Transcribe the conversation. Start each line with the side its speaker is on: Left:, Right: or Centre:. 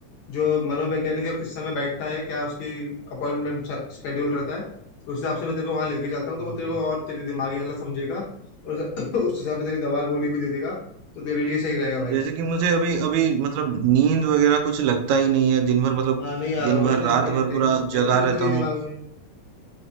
Left: जो मनोवैज्ञानिक है किस समय बैठता है क्या उसकी अपॉइंटमेंट शेड्यूल रहता है उस हिसाब से मैं तेरे को वहां लेके चलता हूँ तो
Right: हाँ
Left: वो तेरे को और तेरी दिमागी हालत समझेगा और उस <laughs> उस हिसाब से तेरी दवा गोली भी दे देगा तो तेरे लिए सही रहेगा भाई
Right: जैसे कि मुझे अभी अभी मतलब नींद वगैरह कुछ लगता ही नहीं है दिन भर मतलब
Left: हाँ नहीं आ रहा
Right: दिन
Left: होगा
Right: भर
Left: ना नींद
Right: रात
Left: भाई
Right: भर
Left: टेंशन
Right: पूरा जगा
Left: इतनी
Right: रहता
Left: दिमाग
Right: हूँ
Left: में